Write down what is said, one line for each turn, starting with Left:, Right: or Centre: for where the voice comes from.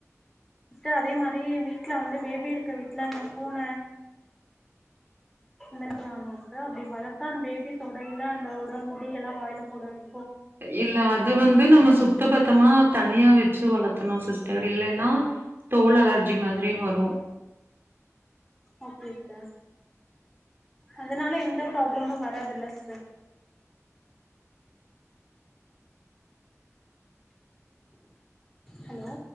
Centre: சிஸ்ட அதே மாரி வீட்ல வந்து பேபி இருக்க வீட்ல அந்த பூன வளக்கலாமா ஸ்ட அப்டி வளத்தா அந்த பேபி தொடைல அந்தோட முடிய எல்லா வாயில போடாது
Right: இல்ல அது வந்து நம்ம சுத்த பத்தமா தனியா வெச்சு வளத்தணு சிஸ்டர் இல்லன்னா தோல் அலர்ஜி மாதிரி வரு
Centre: ஓகே ஸ்ட அதனால எந்த ப்ராப்ளமு வராதுல்ல சிஸ்ட ஹலோ